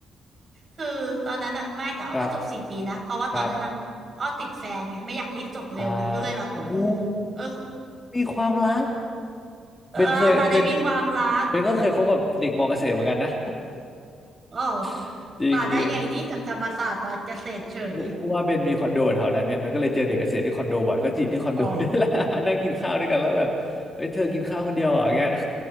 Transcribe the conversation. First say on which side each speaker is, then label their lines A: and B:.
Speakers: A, on the right; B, on the left.
A: คือตอนนั้นอะไม่แต่อ้อก็จบสี่ปีนะเพราะว่าตอนนั้นอะอ้อติดแฟนไงไม่อยากรีบจบเร็วไงก็เลยแบบ
B: ครับครับอ่าโอ้โห
A: เออ
B: มีความรัก
A: <laughs> เออตอนนั้นมีความรัก
B: เบนเคยเบนเบนก็เคยคบกับเด็กมอเกษตรเหมือนกันนะ
A: อ๋อ
B: <laughs> จริงจริง
A: มาได้ไงนี่จากธรรมศาสตร์มาเกษตรเฉย
B: เพราะเพราะว่าเบนมีคอนโดแถวนั้นเนี่ยมันก็เลยเจอเด็กเกษตรที่คอนโดบ่อยก็จีบที่คอนโด
A: อ๋อ
B: <laughs> ด้วยแหละ <laughs> นั่งกินข้าวด้วยกันแล้วแบบเฮ้ยเธอกินข้าวคนเดียวเหรออย่างเงี้ย